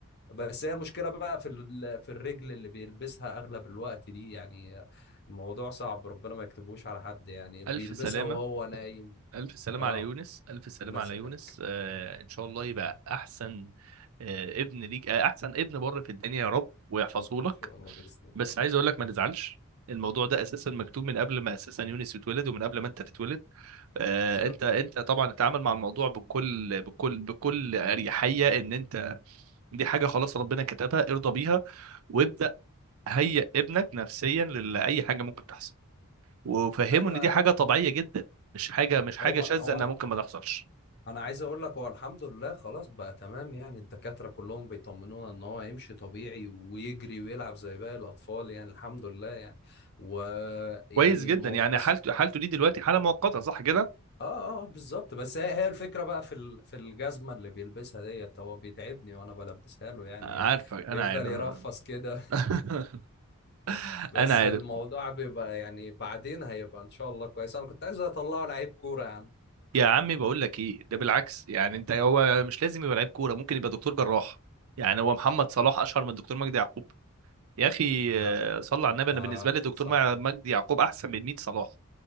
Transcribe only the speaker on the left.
بس هي المشكلة بقى في ال- في الرجل اللي بيلبسها أغلب الوقت دي يعني الموضوع صعب ربنا ما يكتبهوش على حد يعني بيلبسها
وهو نايم
اه
الله يسلمك
إن
شاء الله بإذن الله
بالظبط
أيوه
هو
هو
أنا
أنا عايز أقول لك هو الحمد لله خلاص بقى تمام يعني الدكاترة كلهم بيطمنونا إن هو هيمشي طبيعي ويجري ويلعب زي باقي الأطفال يعني الحمد لله يعني ويعني
المو...
بس
اه اه بالظبط بس هي هي الفكره بقى في ال- في الجزمه اللي بيلبسها ديت هو بيتعبني وانا بلبسها له يعني
بيفضل
يرفس كده
<laughs> بس
الموضوع بيبقى يعني بعدين هيبقى ان شاء الله كويس انا كنت عايز اطلعه لعيب كوره يا عم
لا
لا
صح